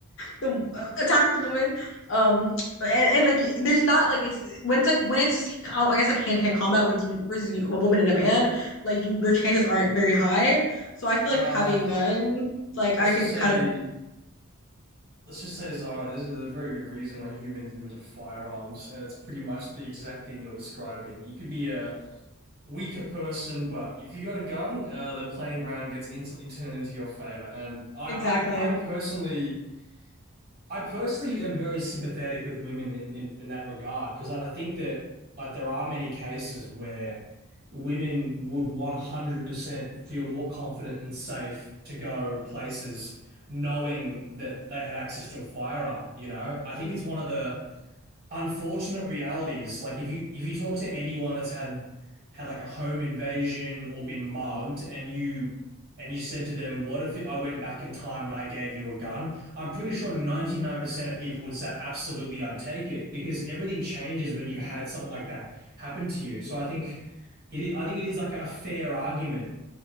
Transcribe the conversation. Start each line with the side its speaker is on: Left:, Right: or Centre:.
Left: the uh, attacker's woman. Um, and, and like there's not like it's when it's like when it's just, I guess like hand to hand combat when it's versus you, a woman and a man, like you your chances aren't very high. So I feel
Right: Uh
Left: like having a gun, like I
Right: let's
Left: think
Right: just say
Left: kind of
Right: Let's just say, Zara, there's a very good reason why humans invented firearms, and it's pretty much the exact thing you're describing. You could be a weaker person, but if you got a gun, uh, the playing ground gets instantly turned into your favor. And I,
Left: exactly.
Right: I, I personally. I personally am very sympathetic with women in, in, in that regard because I think that like there are many cases where women would 100% feel more confident and safe to go places knowing that they had access to a firearm, you know? I think
Left: Mm.
Right: it's one of the unfortunate realities. Like if you if you talk to anyone that's had had like a home invasion or been mugged and you and you said to them, what if I went back in time and I gave you a gun? I'm pretty sure 99% of people would say absolutely I'd take it because everything changes when you've had something like that happen to you. So I think it is, I think it is like a fair argument,